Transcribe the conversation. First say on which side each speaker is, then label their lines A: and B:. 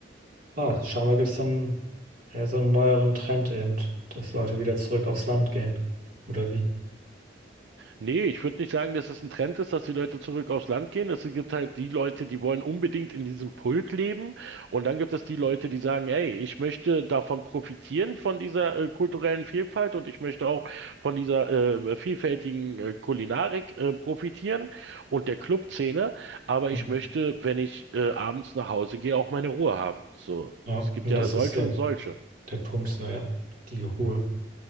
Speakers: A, on the right; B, on the right.
A: Ah, scheinbar gibt es dann eher so einen neueren Trend eben, dass Leute wieder zurück aufs Land gehen. Oder wie?
B: Nee, ich würde nicht sagen, dass es ein Trend ist, dass die Leute zurück aufs Land gehen. Es gibt halt die Leute, die wollen unbedingt in diesem Pulk leben. Und dann gibt es die Leute, die sagen, ey, ich möchte davon profitieren, von dieser äh, kulturellen Vielfalt und ich möchte auch von dieser äh, vielfältigen äh, Kulinarik äh, profitieren und der Clubszene. Aber
A: Mhm.
B: ich möchte, wenn ich äh, abends nach Hause gehe, auch meine Ruhe haben. So,
A: Ja,
B: es gibt
A: und
B: ja
A: das
B: solche
A: ist eben
B: und solche.
A: der Punkt, so ja, die Ruhe.